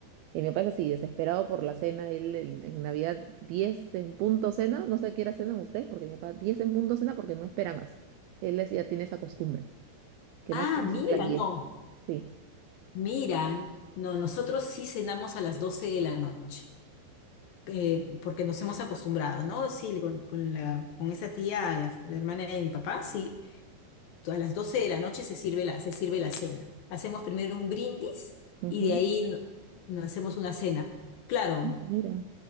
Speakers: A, on the right; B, on the left.
A: y mi papá es así, desesperado por la cena. Él en, en Navidad 10 en punto cena. No sé a qué hora cenan ustedes, porque mi papá 10 en punto cena porque no espera más. Él es- ya tiene esa costumbre, que
B: Ah,
A: máximo
B: mira,
A: son las diez
B: no,
A: Sí.
B: miran, no, nosotros sí cenamos a las 12 de la noche, eh, porque nos hemos acostumbrado, ¿no? Sí, con, con la, con esa tía, la, la hermana de mi papá, sí, a las 12 de la noche se sirve la, se sirve la cena. Hacemos primero un brindis
A: Ujú.
B: y de ahí no- no hacemos una cena. Claro,
A: Mira.